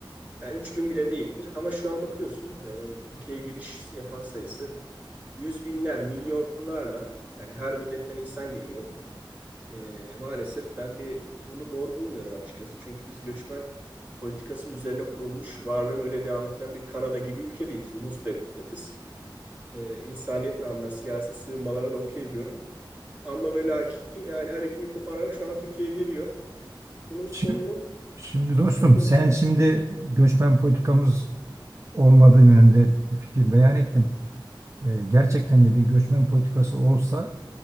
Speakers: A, on the right; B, on the right.
A: Yani 3000 bile değildir ama şu an bakıyorsun e, ülkeye giriş yapan sayısı yüz binler, milyonlarla yani her milletten insan geliyor. E, maalesef ben bir bunu doğru bulmuyorum açıkçası. Çünkü biz göçmen politikası üzerine kurulmuş, varlığını öyle devam ettiren bir Kanada gibi ülke değiliz. Ulus devletiz. E, insaniyet namına siyasi sığınmalara da okey diyorum. Ama ve lakin yani her ipini koparan şu an Türkiye'ye geliyor. Bunun sonunun
B: Şimdi, şimdi
A: sıkıntı
B: dostum sen
A: olacağını
B: şimdi
A: düşünüyorum.
B: göçmen politikamız olmadığı yönünde fikir beyan ettin. Ee, gerçekten de bir göçmen politikası olsa